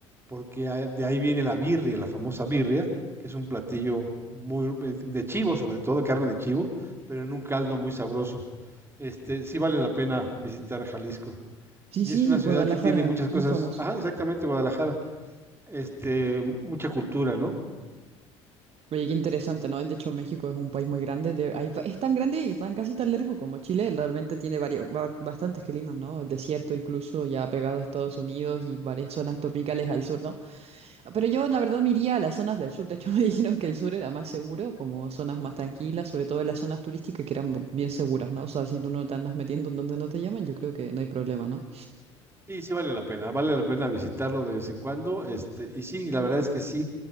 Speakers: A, on the right; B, on the right.
A: porque a- de ahí viene la birria, la famosa birria, que es un platillo muy eh, de chivo, sobre todo carne de chivo, pero en un caldo muy sabroso. Este, sí vale la pena visitar Jalisco.
B: Sí,
A: Y
B: sí,
A: es una
B: Guadalajara,
A: ciudad que tiene muchas cosas.
B: muy famoso.
A: Ajá, exactamente, Guadalajara este, mucha cultura, ¿no?
B: Oye, qué interesante, ¿no? De hecho, México es un país muy grande. de- hay va- es tan grande y tan casi tan largo como Chile. Realmente tiene varios, ba- bastantes climas, ¿no? Desierto incluso, ya pegado a Estados Unidos y varias zonas tropicales al sur, ¿no? Pero yo, la verdad, me iría a las zonas del sur. De hecho, <laughs> me dijeron que el sur era más seguro, como zonas más tranquilas, sobre todo en las zonas turísticas que eran bien seguras, ¿no? O sea, si tú no te andas metiendo en donde no te llaman, yo creo que no hay problema, ¿no?
A: Sí, sí vale la pena, vale la pena visitarlo de vez en cuando, este, y sí, la verdad es que sí,